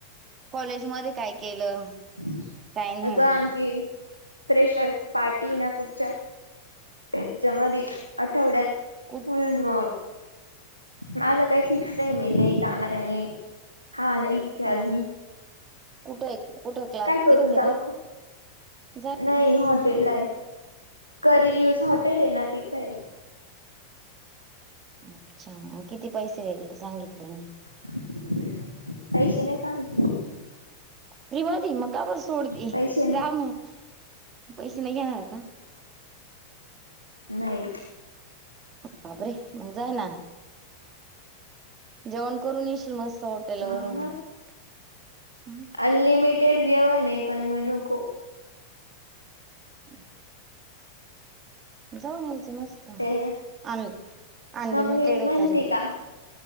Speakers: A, on the right; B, on the right.
A: कॉलेज मध्ये काय केलं?
B: एक
A: काय नाही
B: वेळा आमची फ्रेशर्स पार्टी ना पुढच्या त्याच्यामध्ये आठवड्यात
A: कुठ
B: म्हणून मग माझा काही फिक्स नाही मी नाही जाणार आहे नाही हा नाही. ते
A: मंग
B: अजून
A: कुठे आहे कुठे आहे क्लास
B: काय करू
A: तिथच आहे
B: जाऊ
A: का? जाय
B: नाही
A: ना मग
B: हॉटेलला आहे करी लिव्हज हॉटेल आहे ना तिथं आहे.
A: अच्छा किती पैसे वगैरे सांगितले नाही.
B: पैशे नाही सांगितले.
A: फ्री मध्ये मग का बरं सोड ते
B: पैसे नाही
A: जा मग पैशे नाही घेणार का?
B: नाही
A: बाप रे? मंग जा ना जेवण करून येशील म सो तेलं
B: हा
A: वरुम
B: मग
A: हम्म.
B: अनलिमिटेड जेवण आहे पण म नको.
A: <inaudible> जाऊन यायचं मस्त अन
B: ते
A: अनलिमिटेड
B: मम्मी म्हणती
A: आहे तरे.
B: का